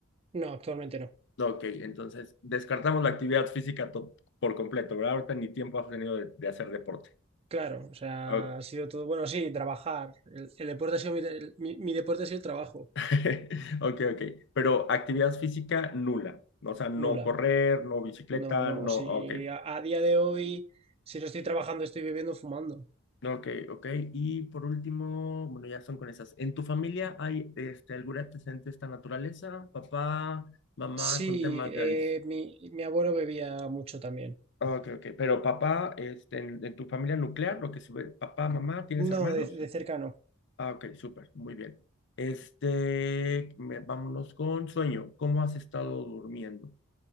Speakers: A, on the right (about 30°); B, on the left (about 60°).
A: No, actualmente no.
B: Ok, entonces descartamos la actividad física to- por completo, ¿verdad? Ahorita ni tiempo has tenido de, de hacer deporte.
A: Claro, o sea,
B: Ok,
A: ha sido todo. Bueno, sí, trabajar. El, el deporte ha sido mi, el- mi- mi deporte ha sido el trabajo.
B: <laughs> ok, ok. Pero actividad física nula, o sea, no
A: Nula.
B: correr, no bicicleta,
A: No, no.
B: no,
A: Si
B: ok.
A: a, a día de hoy, si no estoy trabajando, estoy bebiendo, fumando.
B: Ok, ok. Y por último, bueno, ya son con esas. ¿En tu familia hay este, algún antecedente de esta naturaleza? Papá, mamá
A: Sí,
B: con temas
A: eh,
B: de adicción.
A: mi, mi abuelo bebía mucho también.
B: Ok, ok. Pero papá, este, en, en tu familia nuclear, lo que sube, papá, mamá, ¿tienes
A: No,
B: hermanos?
A: de, de cerca no.
B: Ah, ok, súper, muy bien. Este, me- vámonos con sueño. ¿Cómo has estado durmiendo?